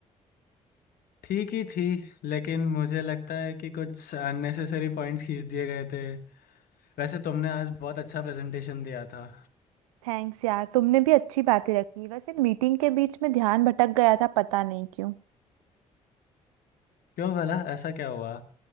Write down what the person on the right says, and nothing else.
थैंक्स यार तुमने भी अच्छी बातें रखी वैसे मीटिंग के बीच में ध्यान भटक गया था पता नहीं क्यों